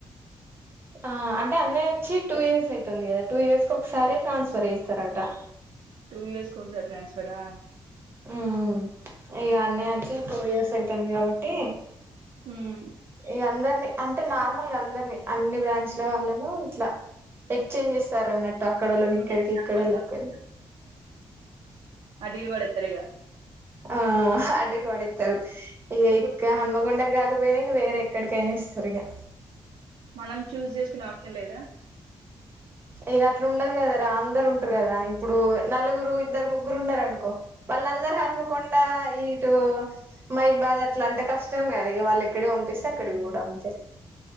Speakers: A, on the right; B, on the right.
A: ఆ అంటే అన్నయ్యచ్చి టూ ఇయర్స్ అయితుంది కదా, టూ ఇయర్స్ కు ఒకసారి ట్రాన్స్ఫర్ చేస్తారటా.
B: టూ ఇయర్స్ ఒకసారి ట్రాన్స్ఫరా.
A: ఉహ్ ఇగ అన్నయ్యచ్చి టూ ఇయర్స్ అయితుంది కాబట్టి
B: మ్మ్
A: ఇగా అందరిని అంటే నార్మల్గా అందరిని అన్ని బ్రాంచ్ల వాళ్ళను ఇట్లా ఎక్స్చేంజ్ చేస్తాంరు అన్నట్టు అక్కడోళ్ళని
B: ఇంగ
A: ఇక్కడికి
B: షఫుల్
A: ఇక్కడోళ్ళు అక్కడా.
B: అటీటు వాడేతరోయ్.
A: ఆ అటీటు పడేతర్రు. ఇగా
B: ఇప్పుడు
A: ఇక్క హన్మకొండకి కాకపోయినా ఇగా వేరే ఎక్కడికైనా ఎస్తరు ఇగా.
B: మనం చూజ్ చేసుకునే ఆప్షన్ లేదా.
A: ఇగా అట్లా ఉండదు కదరా అందరు ఉంటరు కదా ఇప్పుడు నలుగురు ఇద్దరు ముగ్గురు ఉన్నరనుకో వాళ్ళందరూ హన్మకొండా ఇటు మహబుబాద్ అట్లా అంటే కష్టం కదా ఇగా వాళ్ళు ఎక్కడ పంపి స్తే అక్కడ పోవుడు అంతే.